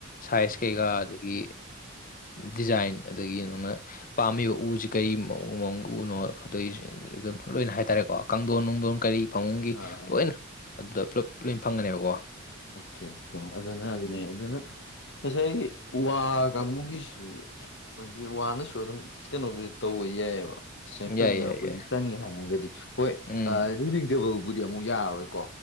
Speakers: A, on the left; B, on the left.
A: ꯁꯥꯏꯖ ꯀꯩꯀꯥ ꯑꯗꯒꯤ ꯗꯤꯖꯥꯏꯟ ꯑꯗꯒꯤ ꯅꯪꯅ ꯄꯥꯝꯃꯤꯕ ꯎꯁꯤ ꯀꯔꯤ ꯎ ꯎꯅꯣ ꯑꯗꯨꯝ ꯂꯣꯏꯅ ꯍꯥꯏꯇꯥꯔꯦꯀꯣ ꯀꯥꯡꯊꯣꯟ ꯅꯨꯡꯗꯣꯟ ꯀꯔꯤ ꯐꯃꯨꯡꯒꯤ
B: ꯑꯥ ꯑꯥ
A: ꯂꯣꯏꯅ ꯑꯗꯨꯗ ꯄꯨꯂꯞ ꯂꯣꯏ ꯐꯪꯒꯅꯦꯕꯀꯣ
B: ꯑꯣꯀꯦ ꯑꯣꯀꯦ ꯑꯗꯨꯅ ꯑꯗꯨꯅ ꯉꯁꯥꯏꯒꯤ ꯋ ꯀꯥꯡꯕꯨꯒꯤꯁꯤ ꯑꯩꯈꯣꯏꯒꯤ ꯋꯥꯅꯁꯨ ꯑꯗꯨꯝ ꯀꯩꯅꯣꯕꯨ ꯇꯧꯕ ꯌꯥꯏꯑꯕ ꯉ ꯐꯖꯅ
A: ꯌꯥꯏ ꯌꯥꯏ
B: ꯑꯩꯈꯣꯏꯗꯤ
A: ꯌꯥꯏ
B: ꯆꯟꯒꯦ ꯍꯥꯏꯔꯒꯗꯤ ꯍꯣꯏ
A: ꯎꯝ
B: ꯔꯤꯗꯤꯡ ꯇꯦꯕꯜꯕꯨꯗꯤ ꯑꯃꯨꯛ ꯌꯥꯔꯔꯣꯏꯀꯣ